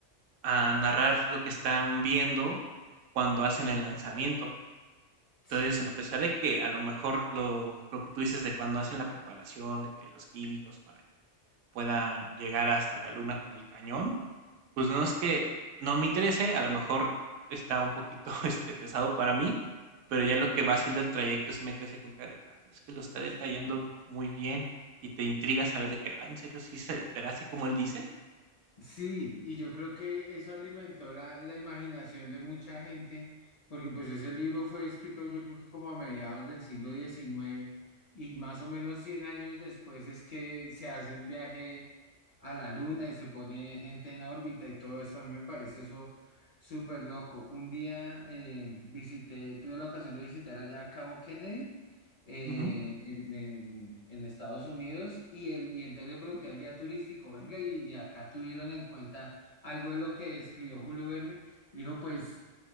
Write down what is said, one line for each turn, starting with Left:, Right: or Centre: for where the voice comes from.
Right: a narrar lo que están viendo cuando hacen el lanzamiento.
Left: sí
Right: Entonces, a pesar de que a lo mejor lo lo que tú dices de cuando hacen la preparación, de que los químicos para que puedan llegar hasta la luna con el cañón, pues no es que no me interese, a lo mejor está un poquito, <laughs> este, pesado para mí, pero ya lo que va haciendo el trayecto sí me quedo así con cara de que, ah, es que lo está detallando
Left: Sí.
Right: muy bien y te intriga saber de que, ah, ¿en serio sí se verá así como él dice?
Left: Sí, y yo creo que eso alimentó la, la imaginación de mucha gente, porque pues ese libro fue escrito yo creo que como a mediados del siglo XIX y más o menos 100 años después es que se hace el viaje a la luna y se pone gente en órbita y todo esto. A mí me parece eso súper loco. Un día eh, visité, tuve la ocasión de visitar allá a Cabo Kennedy eh,
Right: Ujú,
Left: en, en- en Estados Unidos y, el, y entonces le pregunté al guía turístico, venga, y, y acá tuvieron en cuenta algo de lo que escribió Julio Verne. dijo, pues